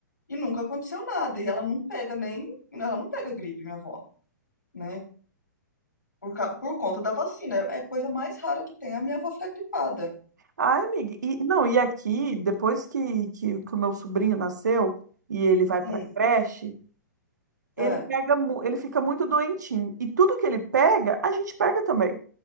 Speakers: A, on the left; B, on the right.
A: e nunca aconteceu nada, e ela não pega nem, ela não pega gripe, minha avó, né? Por, ca- por conta da vacina, é a coisa mais rara que tem, a minha avó fica gripada.
B: Ai, amiga, e, não, e aqui, depois que, que, que o meu sobrinho nasceu e ele vai
A: Hum,
B: pra creche, Ele
A: é,
B: pega, mu- ele fica muito doentinho. E tudo que ele pega, a gente pega também,